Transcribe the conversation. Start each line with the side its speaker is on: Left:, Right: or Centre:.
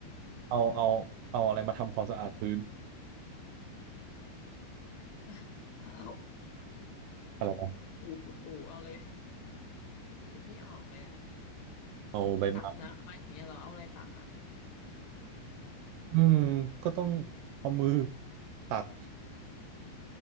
Right: เอาเอาเอาอะไรมาทำความสะอาดพื้น
Left: <laughs> อ่ะเท้า
Right: อะไรวะ
Left: ถูถูถูเอาเลยคิดไม่ออกเลยอ่ะ
Right: เอาใบไม้
Left: ไปตักน้ำไหมาอย่างเงี้ยเหรอเอาอะไรตักอ่ะ
Right: อืมก็ต้องเอามือตัก